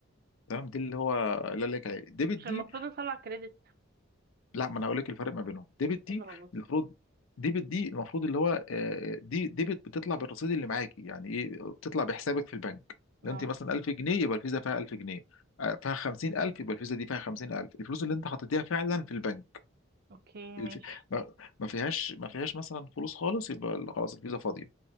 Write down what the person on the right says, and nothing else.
مش
المفروض نطلع كريدت
الروبوت
ده
اه
اوكي
ماشي